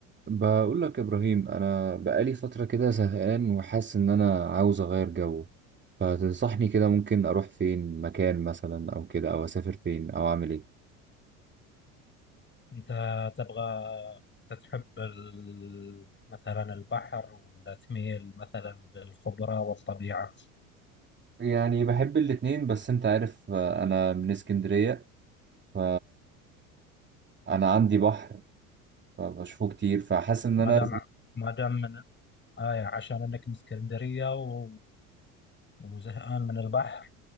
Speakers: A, on the right (about 25°); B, on the left (about 25°).
A: بقول لك يا ابراهيم انا بقالي فتره كده زهقان وحاسس ان انا عاوز اغير جو فتنصحني كده ممكن اروح فين مكان مثلا او كده او اسافر فين او اعمل ايه
B: أنت تبغى تتحب ال- مثلا البحر ولا تميل مثلا للخضرة والطبيعة
A: يعني بحب الاتنين بس انت عارف آه، انا من اسكندريه ف انا عندي بحر فبشوفه كتير فحاسس ان
B: ما
A: انا
B: دام ما دام من آية عشان إنك من اسكندرية و- وزهقان من البحر